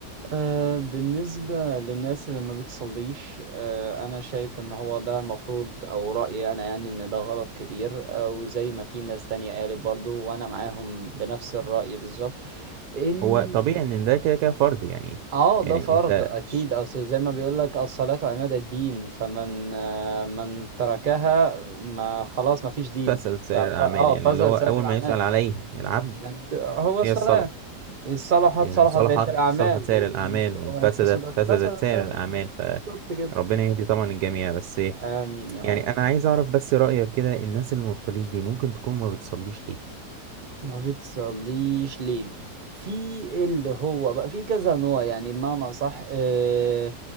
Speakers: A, on the right (about 45°); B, on the right (about 75°).
A: أه بالنسبة للناس اللي ما بتصليش أه انا شايف ان هو ده المفروض او رأيي انا يعني ان ده غلط كبير أه وزي ما في ناس تانية قالت برضو وانا معاهم بنفس الرأي بالظبط إن
B: هو طبيعي ان ده كده كده فرض يعني
A: اه ده
B: يعني
A: فرض
B: انت
A: اكيد
B: ش-
A: اصل زي ما بيقول لك الصلاة عماد الدين فمن آه، من تركها ما خلاص ما فيش دين
B: فسد سائر
A: ف-
B: الأعمال
A: اه
B: يعني
A: فزع
B: اللي هو
A: سائر
B: أول
A: الاعمال
B: ما يسأل عليه العبد
A: العبد هو الصلاة
B: هي الصلاة
A: إن صلحت
B: إن
A: صلحت
B: صلحت
A: بقية الاعمال
B: صلحت سائر
A: وإن
B: الأعمال
A: وإن
B: وإن فسدت
A: فسدت
B: فسدت
A: فسد
B: سائر
A: سائر الاعمال
B: الأعمال
A: بالظبط كده
B: فربنا يهدي طبعا الجميع بس
A: امين يا
B: يعني
A: رب
B: انا عايز اعرف بس رأيك كده الناس اللي ما بتصليش دي ممكن تكون ما بتصليش ليه
A: ما بتصليش ليه في اللي هو بقى في كذا نوع يعني بمعنى صح آه